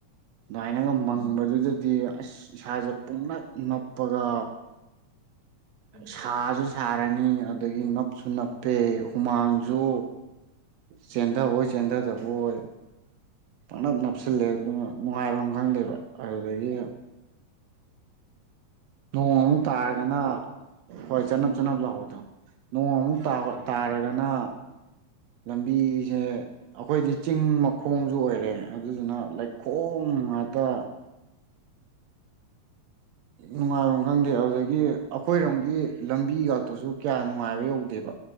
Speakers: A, on the right (about 80°); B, on the left (about 55°).
A: ꯑꯗꯨꯃꯥꯏꯅꯒ ꯃꯪꯕꯗꯨꯗꯗꯤ
B: ꯎꯝ
A: ꯑꯁ ꯏꯁꯥꯁꯦ ꯄꯨꯡꯂꯞ ꯅꯞꯄꯒ
B: ꯎꯝ
A: ꯁꯥꯖ ꯁꯥꯔꯅꯤ ꯑꯗꯨꯗꯒꯤ ꯅꯞꯁꯨ ꯅꯞꯄꯦ ꯍꯨꯃꯥꯡꯁꯨ ꯆꯦꯟꯊ ꯑꯣꯏꯣꯏ ꯆꯦꯟꯊ ꯊꯕ ꯑꯣꯏꯣꯏ ꯄꯅꯞ
B: ꯎꯝ
A: ꯅꯞꯁꯤꯜꯂꯦ ꯑꯗꯨ ꯅꯨꯡꯉꯥꯏꯐꯝ ꯈꯪꯗꯦꯕ ꯑꯗꯨꯗꯒꯤ ꯅꯣꯡꯃꯨꯛ ꯇꯥꯔꯒꯅ
B: ꯆꯔꯞ
A: ꯍꯣꯏ ꯆꯅꯞ
B: ꯎꯝ
A: ꯆꯅꯞ
B: ꯎꯝ
A: ꯂꯥꯛꯑꯣꯗꯝ
B: ꯍꯣꯏ
A: ꯅꯣꯡꯃꯨꯛ
B: ꯍꯣꯏ
A: ꯇꯥꯔꯒꯅ ꯂꯝꯕꯤꯁꯦ ꯑꯩꯈꯣꯏꯗꯤ ꯆꯤꯡ ꯃꯈꯣꯡꯁꯨ ꯑꯣꯏꯔꯦ ꯑꯗꯨꯗꯨꯅ ꯂꯩꯈꯣꯡ ꯎꯝ ꯑꯇ ꯅꯨꯡꯉꯥꯏꯕꯝ ꯈꯪꯗꯦ ꯑꯗꯨꯗꯒꯤ ꯑꯩꯈꯣꯏꯔꯣꯝꯒꯤ ꯂꯝꯕꯤ ꯈꯥꯛꯇꯁꯨ ꯀꯌꯥ ꯅꯨꯡꯉꯥꯏꯕ ꯌꯧꯗꯦꯕ